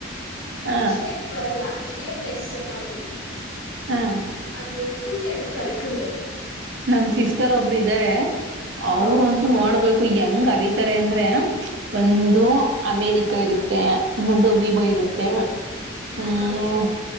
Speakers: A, on the right; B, on the left.
A: ಹ
B: ಶೇಪ್ ಬರಲ್ಲ ಸೇಫ್ ಲೆಸ್ ಚಪಾತಿ
A: ಹ
B: ಅದು ಫುಲ್ಲು ತಳ್ಳಗೆ ಹರಿತಿನಿ
A: ನಮ ಸಿಸ್ಟರ್ ಒಬ್ರು ಇದಾರೆ
B: ಹ
A: ಅವರು ಅಂತೂ ನೋಡ್ಬೇಕು ಯಂಗ್ ಅರಿತಾರೆ ಅಂದ್ರೆ ಒಂದು ಅಮೇರಿಕ ಇರುತ್ತೆ ಇನ್ನೊಂದು ಮಿ ಬ ಇರುತ್ತೆ ಹ್ಮ್
B: ನಾನು ಹಂಗೇನೆ